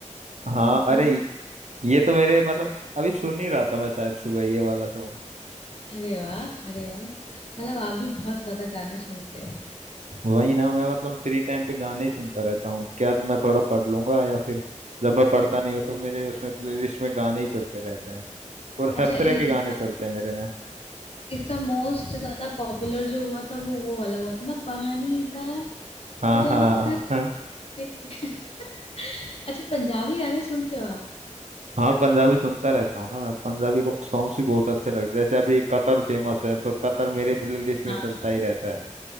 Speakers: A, on the right; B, on the left.
A: हाँ
B: होठों
A: अरे ये तो मेरे मतलब अभी सुन ही रहा था मैं शायद सुबह ये वाला सॉन्ग
B: अरे वाह अरे वाह मतलब आप भी बहुत ज्यादा गाने सुनते हो
A: वही ना मैं मतलब फ्री टाइम पे गाने ही सुनता रहता हूँ क्या तो मैं थोड़ा पढ़ लूंगा या फिर जब मैं पढ़ता नहीं हूँ तो मेरे उसमें प्लेलिस्ट में गाने ही चलते रहते हैं और
B: अच्छा
A: हर
B: इ,
A: तरह के गाने
B: इसका
A: चलते हैं मेरे में
B: इसका मोस्ट ज्यादा पॉपुलर जो हुआ था वो वो वाला हुआ था ना पानी का
A: हाँ
B: रंग
A: हाँ हाँ
B: <laughs> अच्छा पंजाबी गाने सुनते हो आप
A: हाँ पंजाबी सुनता रहता हूँ ना मैं पंजाबी सॉन्ग्स भी बहुत अच्छे लगते हैं जैसे अभी कतल फेमस है तो कतल मेरे प्लेलिस्ट में
B: हाँ
A: चलता ही रहता है